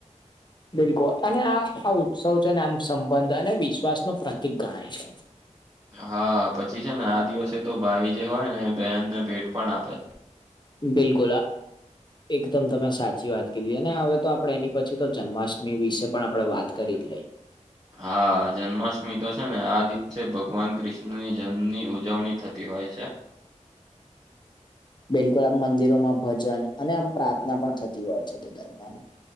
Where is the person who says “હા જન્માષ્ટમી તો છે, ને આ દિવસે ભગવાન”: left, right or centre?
Right